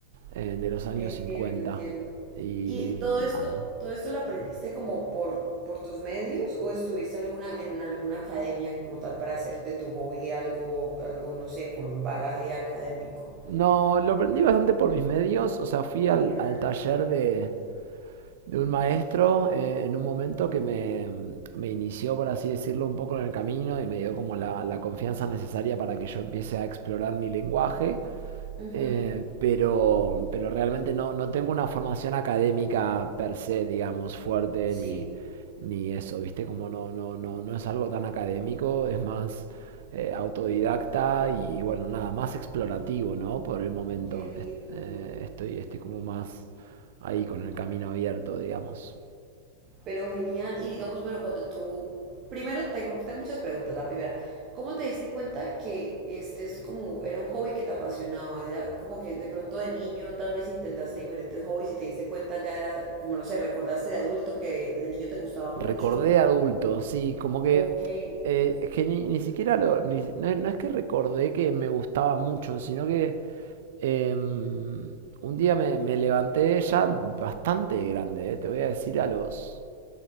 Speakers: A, on the right; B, on the right.
A: eh, de los años
B: entiendo,
A: 50
B: entiendo.
A: Y
B: ¿Y todo esto,
A: Ah,
B: todo esto lo aprendiste como por, por tus medios o estuviste alguna, en una, alguna academia como tal para hacer de tu hobby algo, algo, no sé, con bagaje académico?
A: no, lo aprendí bastante por mis medios, o sea, fui
B: Genial.
A: al, al taller de, de un maestro eh, en un momento que me, me inició, por así decirlo, un poco en el camino y me dio como la, la confianza necesaria para que yo empiece a explorar mi lenguaje,
B: Ujú,
A: eh, pero, pero realmente no, no tengo una formación académica per se, digamos, fuerte
B: Sí,
A: ni, ni eso, ¿viste? Como no, no, no, no es algo tan académico, es más eh, autodidacta y, bueno, nada, más explorativo, ¿no? Por el momento.
B: qué lindo.
A: Es- eh, estoy, estoy como más ahí con el camino abierto, digamos.
B: Pero genial. Y digamos, bueno, cuando tú... Primero, tengo, tengo muchas preguntas. La primera, ¿cómo te diste cuenta que este es como, era un hobby que te apasionaba? Era como que de pronto de niño tal vez intentaste diferentes hobbies y te diste cuenta ya, como no sé, recordaste de adulto que de niño te gustaba mucho.
A: Recordé adulto, sí, como que
B: Ok. <laughs>
A: eh, es que ni, ni siquiera lo. ni- no, no es que recordé que me gustaba mucho, sino que eh, un día me, me levanté ya bastante grande, eh, te voy a decir a los